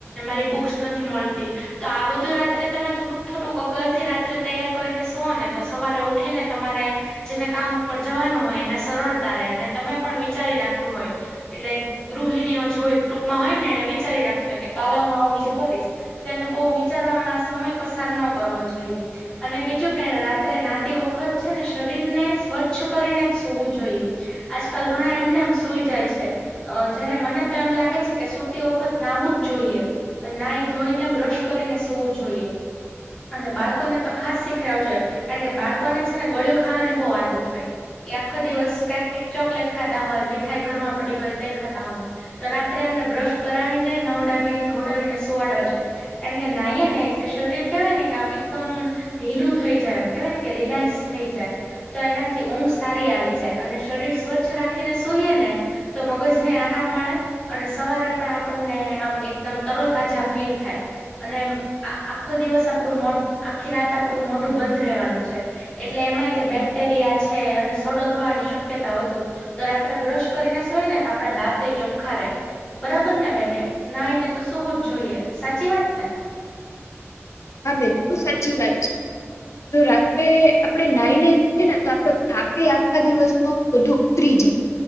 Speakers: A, on the left; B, on the left.
A: મારી બુક્સ નથી મળતી તો આ બધું રાત્રે તમે થોડુંક થોડુંક અગળ થી રાત્રે તૈયાર કરીને સો ને તો સવારે ઉઠી ને તમારે જેને કામ ઉપર જવાનું હોય એને સરળતા રહે અને તમે પણ વિચારી રાખ્યું હોય એટલે ગૃહિણીઓ જો ટૂંકમાં હોય ને એને વિચારી રાખ્યો હોય કે કાલે હું આવું બધું કરીશ તેને બહુ વિચારવામાં સમય પસાર ન કરવો જોઈએ અને બીજું કે રાત્રે નાતી વખત છે ને શરીરને સ્વચ્છ ચ્છ કરીને જ સવું જોઈએ આજકાલ ઘણા એમને એમ સુઈ જાય છે અ જયારે મને તો એમ લાગે છે કે સુતી વખત નાવું જ જોઈએ નાઈ ધોઈને બ્રશ કરીને સોવું જોઈએ અને બાળકોને તો ખાસ શીખડવું જોઈય કારણ કે બાળકોને છે ને ગળિું ખાવાની બહુ આદત હોય એ આખો દિવસ કંઈક કઈક ચોકલેટ ખાતા હોય મીઠાઈ ઘરમાં પડી હોય તો એ ખાતા હોય તો રાત્રે એમને બ્રશ કરાવીને નવડાવી ધોડાવીને સોવાડવા જાય કારણ કે નાઈએ ને એટલે શરીર કહેવાય ને કે આમ એકદમ ઢીલું થઈ જાય એમ કેવાય ને કે રિલેક્સ થઈ જાય તો એના થી ઊંઘ સારી આવી જાય અને શરીર સ્વચ્છ રાખીને સૂઈએ ને તો મગજ ને આરામ મળે અને સવારે પણ આપણને આમ એકદમ તરતાજા ફીલ થાય અને આ આખો દિવસ આપણું મો આખી રાત આપણું મોઢું બંધ રહેવાનું છે એટલે એમાંય તે બેક્ટેરિયા છે અને સડો થવાની શક્યતા વધુ તો રાત્રે બ્રશ કરીને સોય ને તો આપડા દાંત ચોખ્ખા રહેે. બરાબર ને બેને નાઈ ને તો સુવું જ જોઈએ સાચી વાત ને!
B: હા બેન બહુ સાચી વાત છે. જો રાત્રે આપણેે નાઈને સુઈએ ને તો આપડો થાકે આખા દિવસનો બધું ઉતરી જાય.